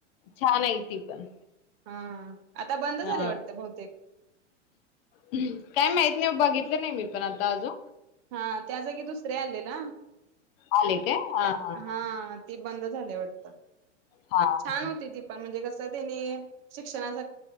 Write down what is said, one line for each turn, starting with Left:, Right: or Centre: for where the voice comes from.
Left: छान आहे ती पण.
Right: हा. आता बंद झाले
Left: हा
Right: वाटतं बहुतेक
Left: काय माहित नाही ओ बघितलं नाही मी पण आता आजून.
Right: हा त्या जागी दुसरे आले ना?
Left: आले काय? हां,
Right: त्या
Left: हां,
Right: हा
Left: हां.
Right: ती बंद झाली वाटत,
Left: हां,
Right: छान
Left: हां.
Right: होती ती पण म्हणजे कसं तेंनी शिक्षणासा